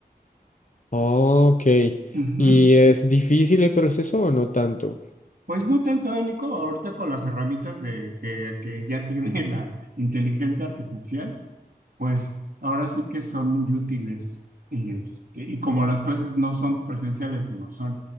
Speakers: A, on the left (about 50°); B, on the right (about 65°).
A: Ok.
B: Ujú.
A: ¿Y es difícil el proceso o no tanto?
B: Pues no tanto, eh, Nico, ahorita con las herramientas de que, que ya tiene <laughs> la inteligencia artificial, pues ahora sí que son muy útiles. Y, este, y como las clases no son presenciales, sino son